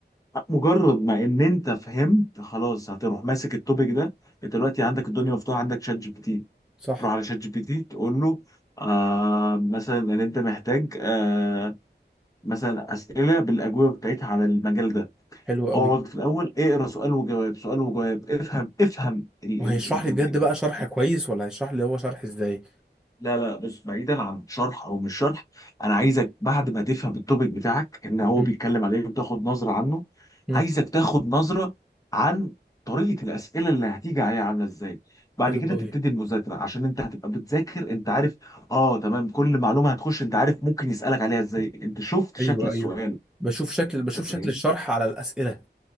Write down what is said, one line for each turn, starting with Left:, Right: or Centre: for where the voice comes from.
Left: مجرد ما ان انت فهمت خلاص هتروح ماسك التوبيك ده انت دلوقتي عندك الدنيا مفتوحه عندك شات جي بي تي
Centre: صح
Left: تروح على شات جي بي تي تقول له آه مثلا ان انت محتاج آه مثلا اسئله بالاجوبه بتاعتها عن المجال ده
Centre: حلو قوي
Left: اقعد في الاول اقرا سؤال وجواب سؤال وجواب افهم افهم ال
Centre: وهيشرح
Left: ال ال
Centre: لي بجد بقى شرح
Left: ال
Centre: كويس ولا هيشرح لي هو شرح ازاي
Left: لا لا بص بعيدا عن شرح او مش شرح انا عايزك بعد ما تفهم التوبيك بتاعك ان هو
Centre: مم.
Left: بيتكلم عليه وتاخد نظره عنه
Centre: مم.
Left: عايزك تاخد نظره عن طريقه الاسئله اللي هتيجي عليها عامله ازاي بعد
Centre: حلو
Left: كده
Centre: قوي
Left: تبتدي المذاكره عشان انت هتبقى بتذاكر انت عارف اه تمام كل معلومه هتخش انت عارف ممكن يسالك عليها ازاي انت شفت شكل
Centre: ايوه
Left: السؤال
Centre: ايوه بشوف شكل بشوف
Left: انت فاهمني
Centre: شكل الشرح على الاسئله